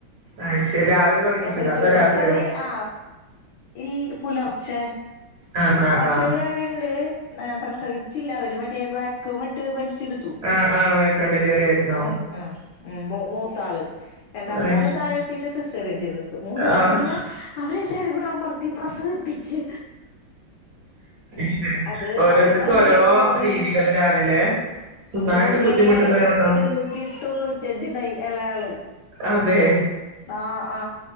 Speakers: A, on the right; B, on the left.
A: അ ശരി രാവിലെ തുടങ്ങിട്ടുണ്ടോ
B: പ്രസവിച്ചുന്ന്
A: അതോ രാത്രിയോ
B: വെച്ചാല് ആ ഇൽ പുല.. ച്ചെ..
A: ആ ആ
B: പക്ഷെ
A: ആ
B: ഒരു കാര്യുണ്ട് അ പ്രസവിച്ചില്ല അവര് മറ്റേ വാക്വാമിട്ട് വലി.. <unintelligible> ച്ചെടുത്തു
A: ആ ആ വെൽക്കം ഡെലിവറി ആയിരുന്നോ
B: ഒന്ന് ഉം ഉം മൂത്താള് രണ്ടാം
A: അയ്
B: താള്
A: ശരി
B: താഴെത്തിട്ട് സിസേറിയൻ ചെയ്തെടുത്തു മൂന്നാമത്താളെ
A: ആ
B: അവരെല്ലാരും കൂ.. അമൃത്തി പ്രസവിപ്പി.. ച്ച്
A: ശരി
B: അത്
A: ഓരോരുത്തർക്കും
B: അവള് നല്ല
A: ഓരോ
B: മൂന്നേ
A: രീതികളിലാണല്ലേ നന്നായിട്ട്
B: മൂന്നേ
A: ബുദ്ധിമുട്ടുന്നവരുണ്ടോ
B: എഴുന്നൂറ്റി തൊണ്ണൂറ്റി അഞ്ച് ഉണ്ടായി. എളയാള്
A: അതെ
B: ആ ആ